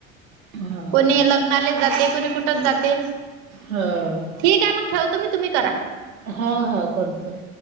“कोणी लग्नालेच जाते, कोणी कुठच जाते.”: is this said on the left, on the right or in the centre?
Right